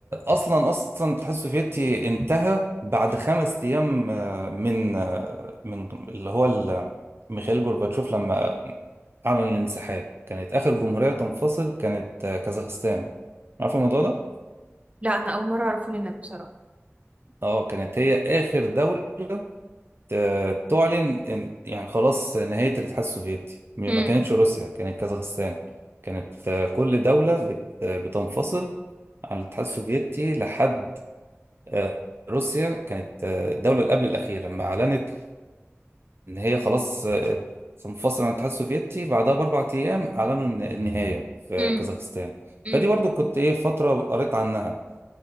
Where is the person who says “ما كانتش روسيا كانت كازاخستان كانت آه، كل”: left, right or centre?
Right